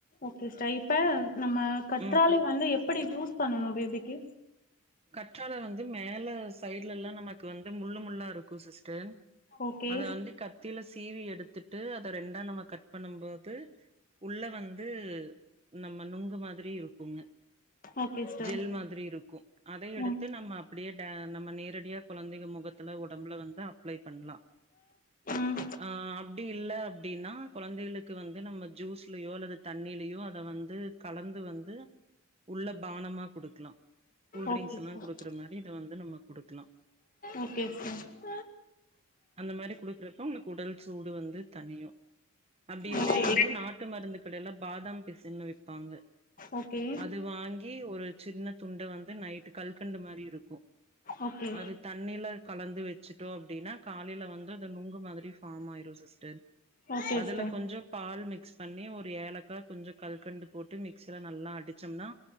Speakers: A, on the left; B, on the right.
A: ஓகே ஸ்டர் இப்ப நம்ம கற்றால
B: ம்
A: வந்து எப்டி யூஸ் பண்ணணு பேபிக்கு
B: கற்றால வந்து மேல சைட்லலா நமக்கு வந்து முள்ளு முள்ளா இருக்கு சிஸ்டர்
A: ஓகே
B: அத வந்து கட் த்தில சீவி எடுத்துட்டு அத ரெண்டா நம்ம கட் பண்ணுபோது உள்ள வந்து நம்ம நுங்கு மாதிரி இருக்குங்க
A: ஓகே சிஸ்டர்
B: ஜெல் மாதிரி இருக்கு அதயு எடுத்து
A: ம்
B: நம்ம அப்டியே டே நம்ம நேரடியா கொழந்தங்க மொகத்துல ஒடம்புல வந்து அப்ளே பண்லா
A: ம்
B: ஆம் அப்டி இல்ல அப்டின்னா கொழந்தயளுக்கு வந்து நம்ம ஜூஸ்லியோ அல்லது தண்ணிலியோ அத வந்து கலந்து வந்து உள்ள பானமா குடுக்லா கூல்ட்ரிங்ஸ்லா
A: ஓகே சிஸ்டர்
B: குடுக்குற மாரி இத வந்து நம்ம குடுக்லா
A: ஓகே சிஸ்டர்
B: அந்த மாரி குடுக்றப்ப உங்ளுக்கு உடல் சூடு வந்து தனியு அப்டி இல்லேனாலு
A: ஓகே
B: நாட் நாட்டு மருந்து கடைல பாதாம் பிசின் விப்பாங்க
A: ஓகே
B: அது வாங்கி ஒரு சின்ன துண் ண்டு நைட் கல்கண்டு மாரி இருக்கு
A: ஓகே
B: அது தண்ணில கலந்து வச்சுட்டோ அப்டினா காலயில வந்து அது நுங்கு மாதிரி ஃபார்ம் ஆயிரு சிஸ்டர்
A: ஓகே
B: அதுல
A: சிஸ்டர்
B: கொஞ்சோ பால் மிக்ஸ் பண்ணி ஒரு ஏலக்கா கொஞ்சோ கல்கண்டு போட்டு மிக்சில நல்லா அடிச்சாம்னா